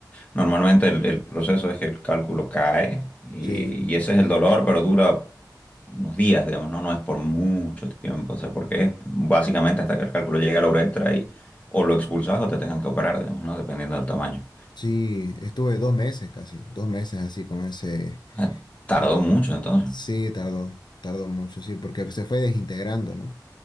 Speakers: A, on the left; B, on the left.
A: Normalmente el, el proceso es que el cálculo cae y,
B: Sí,
A: y ese es el dolor, pero dura unos días, digamos, ¿no? No es por mucho tiempo, o sea, porque es básicamente hasta que el cálculo llegue a la uretra y o lo expulsas o te tengan que operar, digamos, ¿no? Dependiendo del tamaño.
B: sí, estuve dos meses casi, dos meses así con ese...
A: Ah, tardó
B: eh,
A: mucho entonces.
B: sí, tardó, tardó mucho, sí, porque se fue desintegrando, ¿no?